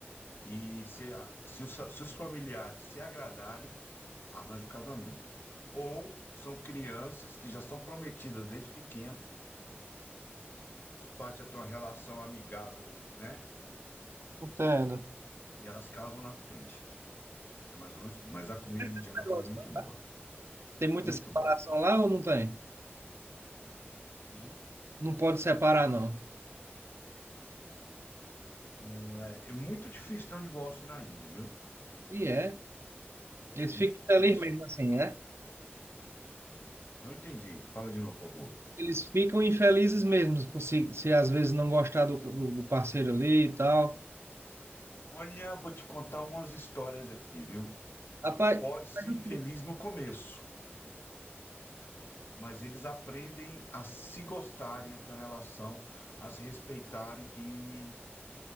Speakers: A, on the left; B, on the right.
A: e se, a- se os, se os familiares se agradarem, arranja o casamento. Ou são crianças que já são prometidas desde pequena os pais já têm uma relação amigável, né?
B: contando.
A: E elas casam na frente. É mais ou menos. Mas a comida
B: Mas
A: indiana
B: Esse negócio,
A: também é muito boa.
B: né? Tem muita
A: Muito
B: separação
A: boa.
B: lá ou não tem?
A: Hum,
B: Não pode separar, não.
A: Hum, É é muito difícil ter um divórcio na Índia, viu?
B: E é. Eles
A: Muito
B: ficam
A: difícil.
B: felizes mesmo assim, né?
A: Não entendi. Fala de novo, por favor.
B: Eles ficam infelizes mesmo por se, se às vezes não gostar do, do, do parceiro ali e tal.
A: Olha, vou te contar umas histórias aqui, viu?
B: Rapaz,
A: Pode ser
B: faz um
A: infeliz
B: tempo
A: no começo, mas eles aprendem a se gostarem, a ter uma relação, a se respeitarem e